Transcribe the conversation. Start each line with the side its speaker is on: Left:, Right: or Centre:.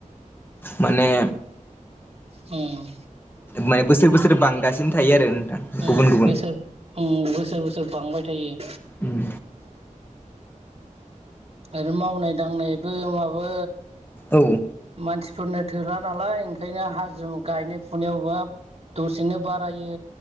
Left: माने
Right: अह।
Left: माने बोसोर बोसोर बांगासिनो थायो आरो। नोंथां
Right: उम
Left: गुबुन गुबुन
Right: बोसोर उम बोसोर बोसोर बांबाय थायो।
Left: उम।
Right: आरो मावनाय दांनायबो माबो
Left: औ
Right: मानसिफोरनो थोला नालाय ओंखायनो हाजो गायनाय फुनायावबो दसेनो बारायो